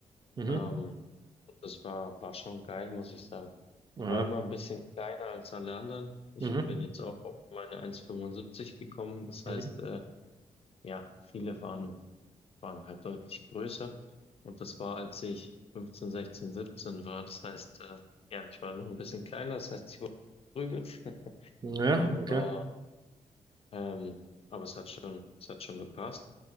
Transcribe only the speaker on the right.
Mhm.
Ja.
Mhm.
Mhm.
Ja,
okay.